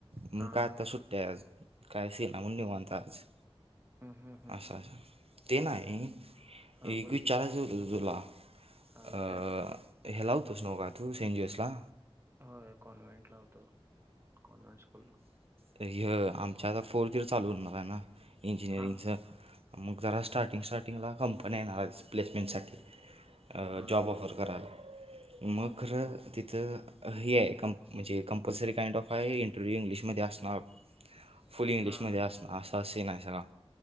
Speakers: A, on the right; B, on the right.
A: मग
B: हां
A: काय
B: हां
A: आत्ता सुट्टी हाय आज, काय सि निवांत हाय आज.
B: हम्म हम्म हम्म
A: अच्छा -आस ते नाही
B: हां
A: एक
B: बोल
A: विचारायचं
B: की
A: तुला?
B: हां विचार
A: अं,
B: की
A: हेला होतंस नव्ह का तू, सी. एन. जे. एस ला?
B: हो कॉन्व्हेंटल होतो कॉन्व्हेंट स्कूलला.
A: तर हय, आमच्या आता फोर्थ इयर चालू होणार आहे ना. इंजिनिअरिंग
B: हां
A: मग जरा, स्टार्टिंग -स्टार्टिंगला कंपन्या येणार आज प्लेसमेंटसाठी. अं,
B: हां
A: जॉब ऑफर करायला, मगं
B: ठीक
A: खरं
B: आहे
A: तिथं हे हाय कं, म्हणजे कंपल्सरी काइंड ऑफ हाय इंटरव्ह्यू इंग्लिशमध्ये असणार.
B: <inaudible>
A: फुल इंग्लिशमध्ये
B: हां
A: असण, असां सिन हाय सगळा.